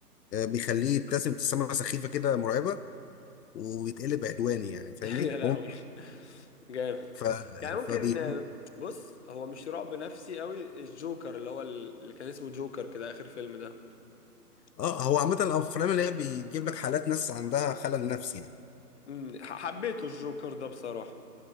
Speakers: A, on the left (about 80°); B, on the left (about 45°).
A: آه، بيخليه يبتسم ابتسامه سخيفه كده مرعبه ويتقلب عدواني يعني فاهمني
B: <laughs> يا لهوي
A: هو
B: جامد
A: ف
B: يعني ممكن
A: فبي
B: آه، بص هو مش رعب نفسي قوي الجوكر اللي هو ال- اللي كان اسمه جوكر كده آخر فيلم ده
A: اه هو عامه الافلام اللي هي بيجيب لك حالات ناس عندها خلل نفسي يعني
B: امم ح- حبيته الجوكر ده بصراحة